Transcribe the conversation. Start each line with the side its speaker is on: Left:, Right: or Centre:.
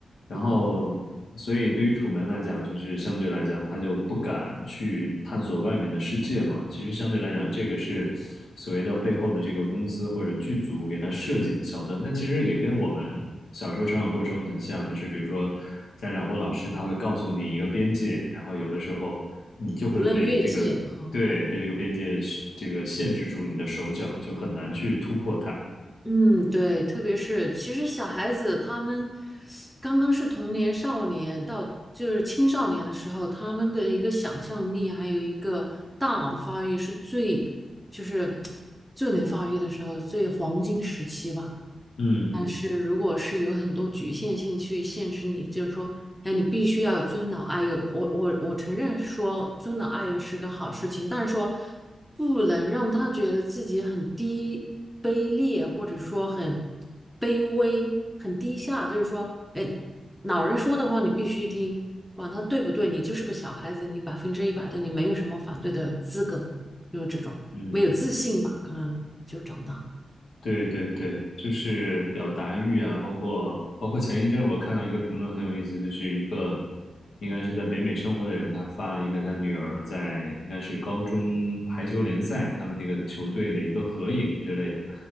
Left: 然后，
Centre: 嗯，
Left: 所以对于楚门来讲，就是相对来讲，他就不敢去探索外面的世界嘛。其实相对来讲，这个是所谓的背后的这个公司或者剧组给他设计的桥段，但其实也跟我们小时候成长过程很像，就是比如说家长或老师他会告诉你一个边界，然后有的时候你就会被这个，
Centre: 你不论越界啊。
Left: 对，被这个边界这个限制住你的手脚，就很难去突破它。
Centre: 嗯，对，特别是其实小孩子他们刚刚是童年、少年到就是青少年的时候，他们的一个想象力还有一个大脑的发育是最就是 <tsk> 最能发育的时候，最黄金时期吧。
Left: 嗯
Centre: 但是如果是有很多局限性去限制你，就是说，哎，你必须要有尊老爱幼。我我我承认说尊老爱幼是个好事情，但是说不能让他觉得自己很低卑劣，或者说很卑微、很低下。就是说，哎，老人说的话你必须听，管他对不对，你就是个小孩子，你百分之一百的你没有什么反对的资格，就是这种没有自信吧，
Left: 嗯。
Centre: 可能就长大。
Left: 对对对，就是表达欲啊，包括包括前一阵我看到一个评论很有意思，就是一个应该是在北美生活的人，他发了一个他女儿在应该是高中排球联赛他们那个球队的一个合影之类的，